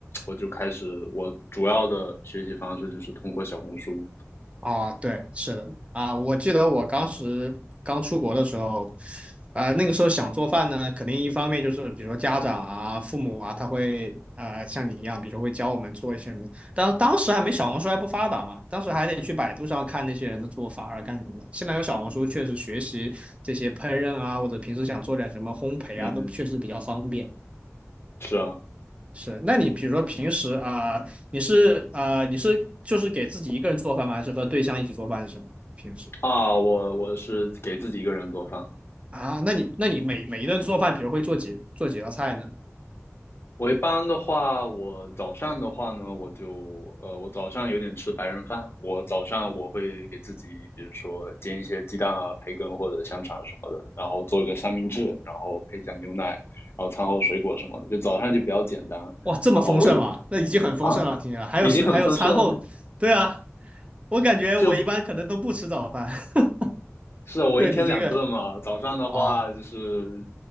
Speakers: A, on the left; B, on the right.
A: 我就开始我主要的学习方式就是通过小红书。
B: 啊，对，是的，啊，我记得我当时刚出国的时候，呃，那个时候想做饭呢，肯定一方面就是比如说家长啊、父母啊，他会呃像你一样，比如说会教我们做一些什么，当当时还没小红书还不发达嘛，当时还得去百度上看那些人的做法啊干什么的。现在有小红书，确实学习这些烹饪啊，或者平时想做点什么烘焙啊，
A: 嗯哼，
B: 都确实比较方便。
A: 是啊
B: 是，那你比如说平时啊、呃你是啊、呃你是就是给自己一个人做饭吗？还是和对象一起做饭是什么平时？
A: 啊，我我是给自己一个人做饭啊。
B: 啊，那你那你每每一顿做饭，比如会做几做几道菜呢？
A: 我一般的话，我早上的话呢，我就呃，我早上有点吃白人饭。我早上我会给自己，比如说煎一些鸡蛋啊、培根或者香肠什么的，然后做一个三明治，然后配一下牛奶，然后餐后水果什么的，就早上就比较简单。
B: 哇，这么丰盛吗？
A: 然后我有
B: 那已经很丰盛了，
A: 啊，
B: 听起来还有水，
A: 已经很丰盛了，
B: 还有餐后，对啊，我感觉我一般可能都不吃早饭。
A: 就
B: <laughs>
A: 是啊我一天两顿嘛，
B: 对你这个，
A: 早上的话就是
B: 啊